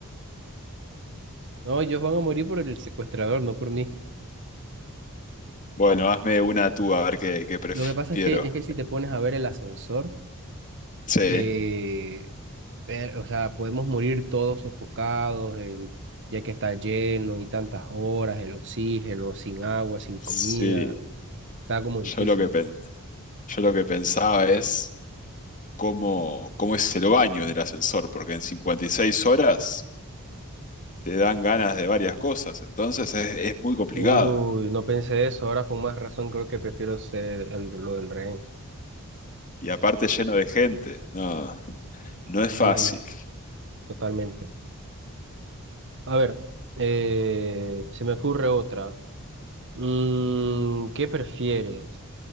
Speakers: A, on the right; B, on the left.
A: No, ellos van a morir por el secuestrador, no por mí.
B: Bueno, hazme una tú a ver qué, qué prefiero.
A: Lo que pasa es que, es que si te pones a ver el ascensor,
B: Sí,
A: eh, ver- o sea, podemos morir todos sofocados, en- ya que está lleno y tantas horas, el oxígeno, sin agua, sin comida,
B: sí.
A: está como difícil.
B: Yo lo que, pen- yo lo que pensaba es cómo, cómo es el baño en el ascensor, porque en 56 horas te dan ganas de varias cosas, entonces es, es muy complicado.
A: Uy, no pensé eso, ahora con más razón creo que prefiero ser el, lo del rehén.
B: Y aparte lleno de gente. No, no es fácil.
A: Sí, totalmente. A ver, eh, se me ocurre otra. Mm, ¿qué prefieres?